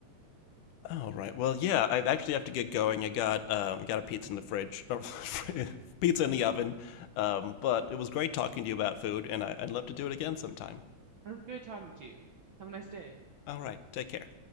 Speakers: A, on the left; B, on the right.
A: All right. Well, yeah, I actually have to get going. I got um got a pizza in the fridge, or <laughs> pizza in the oven. Um, but it was great talking to you about food, and I, I'd love to do it again sometime.
B: It was good talking to you. Have a nice day.
A: All right. Take care.